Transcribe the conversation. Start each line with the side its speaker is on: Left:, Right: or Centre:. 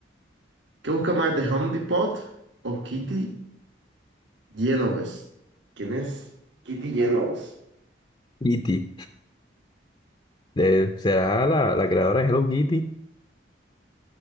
Right: ¿qué busca más de Home Depot o Kitty Genovese? ¿Quién es Kitty Genovese?
Left: Kitty, de- ¿será la, la creadora de Hello Kitty?